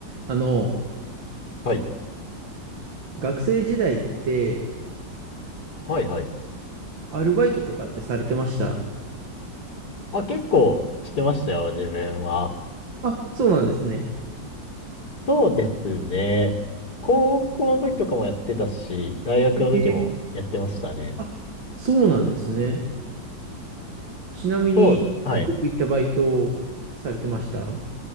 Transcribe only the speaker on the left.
はい。
はいはい。
あ、結構してましたよ、自分は。
そうですね。高校の時とかもやってたし、大学の時もやってましたね。
そう、はい。